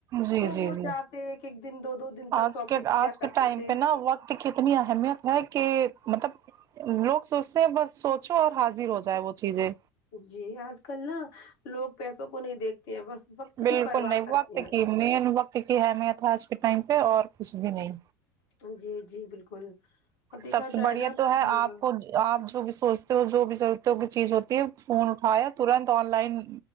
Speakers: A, on the right; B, on the left.
A: جی
B: تو
A: جی
B: وہ
A: جی
B: جاتے ایک ایک دن دو دو دن تک
A: آج
B: شاپنگ
A: کے
B: کیا
A: آج
B: کرتے
A: کے ٹائم
B: تھے
A: پہ نا کی کتنی اہمیت ہے کہ مطلب لوگ سوچتے ہیں بس سوچو اور حاضر ہو جائے وہ چیزیں
B: جی آج کل نا لوگ پیسوں کو نہیں دیکھتے ہیں بس وقت
A: بالکل
B: کی پرواہ
A: نہیں
B: کرتے
A: وقت
B: ہیں
A: کی مین وقت کی اہمیت ہے آج کے ٹائم پہ اور کچھ بھی نہیں
B: تو جی جی بالکل اور دیکھا
A: سب سے
B: جائے
A: بڑھیا
B: نا
A: تو ہے
B: ہاں
A: آپ خود آپ جو بھی سوچتے ہو جو بھی ضرورت ہو کی چیز ہوتی ہے فون اٹھایا ترنت آن لائن